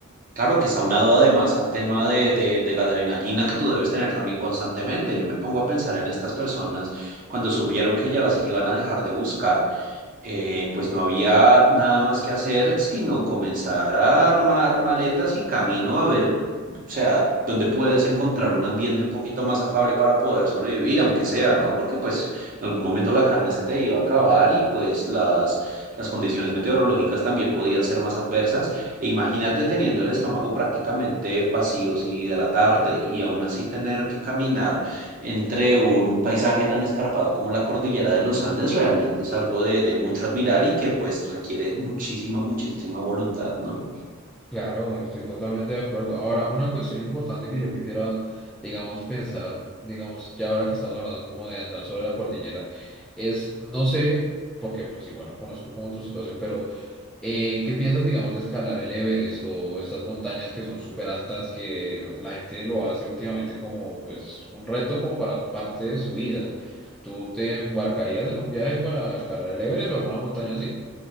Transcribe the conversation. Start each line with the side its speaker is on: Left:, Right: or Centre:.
Right: Claro que es aunado además al tema de, de, de la adrenalina que tú debes tener también constantemente. Yo me pongo a pensar en estas personas cuando supieron que ya las iban a dejar de buscar eh, pues no había nada más que hacer sino comenzar a armar maletas y camino a ver, o sea, dónde puedes encontrar un ambiente un poquito más afable para poder sobrevivir, aunque sea, ¿no? Porque pues en algún momento la carne se te iba a acabar y pues las, las condiciones meteorológicas también podían ser más adversas. E imagínate teniendo el estómago prácticamente vacío, sin hidratarte y aún así tener que caminar entre un paisaje tan escarpado como la cordillera de los Andes realmente es algo de, de mucho admirar y que pues requiere muchísima, muchísima voluntad, ¿no?
Centre: Claro, estoy totalmente de acuerdo. Ahora, una cuestión importante que yo quisiera, digamos, pensar, digamos, ya ahora que estamos hablando como de andar sobre la cordillera, es, no sé, porque pues igual no conozco como tu situación, pero... Eh, ¿qué piensas, digamos, de escalar el Everest o estas montañas que son súper altas que la gente lo hace últimamente como, pues, un reto como para parte de su vida? ¿Tú te embarcarías en un viaje para escalar el Everest o alguna montaña así?